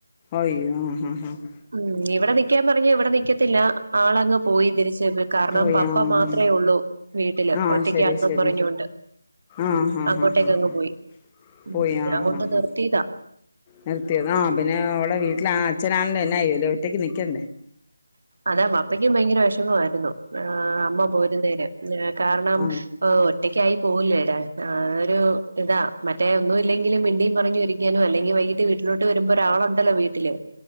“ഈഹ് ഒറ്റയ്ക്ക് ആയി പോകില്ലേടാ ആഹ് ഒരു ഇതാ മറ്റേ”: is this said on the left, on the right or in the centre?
Right